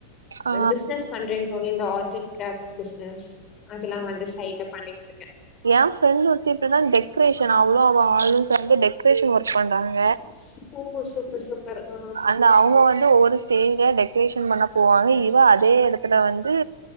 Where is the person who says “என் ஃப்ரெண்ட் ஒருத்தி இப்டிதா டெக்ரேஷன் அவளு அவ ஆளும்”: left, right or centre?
Right